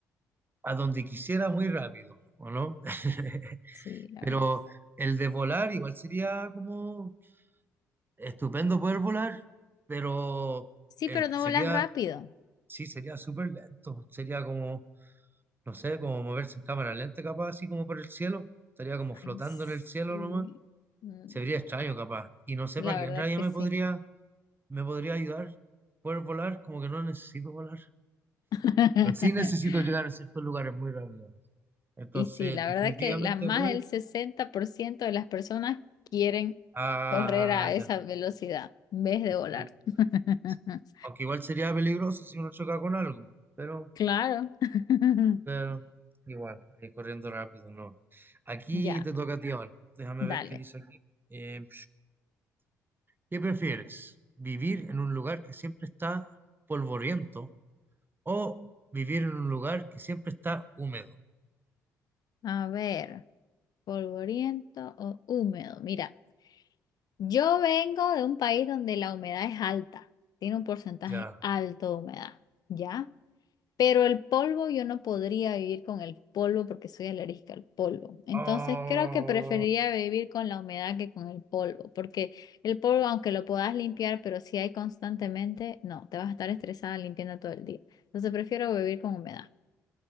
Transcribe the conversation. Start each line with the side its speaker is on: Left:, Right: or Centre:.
Right: a donde quisiera muy rápido, ¿o no? <laughs>
Left: Sí, la
Right: Pero
Left: verdad que sí.
Right: el de volar igual sería como estupendo poder volar, pero
Left: Sí,
Right: eh,
Left: pero no
Right: sería,
Left: volas rápido.
Right: sí, sería súper lento, sería como, no sé, como moverse en cámara lenta capaz, así como por el cielo, estaría como flotando
Left: Ay, sí.
Right: en el cielo nomás,
Left: Mm,
Right: se vería extraño capaz, y no sé
Left: La
Right: para qué
Left: verdad
Right: en realidad
Left: que
Right: me
Left: sí.
Right: podría, me podría ayudar poder volar, como que no necesito volar.
Left: <laughs>
Right: Pero sí necesito llegar a ciertos lugares muy rápido. ¿no? Entonces,
Left: Y sí, la
Right: definitivamente
Left: verdad que la, más
Right: voy
Left: del 60% de las personas quieren
Right: a...
Left: correr a esa
Right: ya,
Left: velocidad en vez de volar.
Right: eh,
Left: <laughs>
Right: sí. Aunque igual sería peligroso si uno choca con algo, pero,
Left: Claro. <laughs>
Right: pero igual, eh, corriendo rápido, no. Aquí
Left: Ya,
Right: te toca a ti ahora. Déjame
Left: dale.
Right: ver qué dice aquí. Eh, ¿qué prefieres? ¿Vivir en un lugar que siempre está polvoriento o vivir en un lugar que siempre está húmedo?
Left: A ver, polvoriento o húmedo. Mira, yo vengo de un país donde la humedad es alta, tiene un porcentaje
Right: Ya.
Left: alto de humedad, ¿ya? Pero el polvo, yo no podría vivir con el polvo porque soy alérgica al polvo. Entonces
Right: Oh.
Left: creo que preferiría vivir con la humedad que con el polvo, porque el polvo, aunque lo puedas limpiar, pero si hay constantemente, no, te vas a estar estresada limpiando todo el día. Entonces prefiero vivir con humedad.